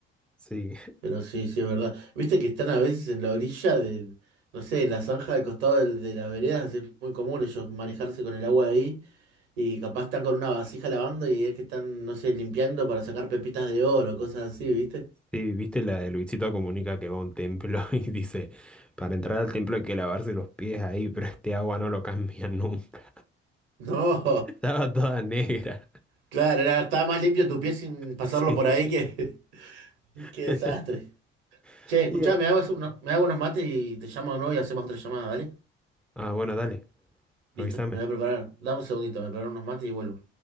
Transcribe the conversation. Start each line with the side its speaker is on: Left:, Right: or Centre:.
Centre: Sí.
Right: Pero sí, sí, es verdad. Viste que están a veces en la orilla de, no sé, en la zanja del costado del- de, las veredas, es muy común ellos manejarse con el agua ahí y capaz están con una vasija lavando y es que están, no sé, limpiando para sacar pepitas de oro, cosas así, ¿viste? <laughs>
Centre: Sí, viste la de Luisito Comunica que va a un templo <laughs> y dice, para entrar al templo hay que lavarse los pies ahí, pero este agua no lo cambia nunca.
Right: No,
Centre: <laughs> Estaba toda negra.
Right: claro, era- estaba más limpio tu pie sin pasarlo
Centre: Sí.
Right: por ahí que, <laughs>
Centre: <laughs>
Right: qué desastre. Che, escuchá,
Centre: Ya.
Right: me hago, unos, me hago unos mates y te llamo de nuevo y hacemos otra llamada, ¿vale?
Centre: Ah, bueno, dale, avísame.
Right: Listo, me voy a preparar. Dame un segundito, me preparo unos mates y vuelvo.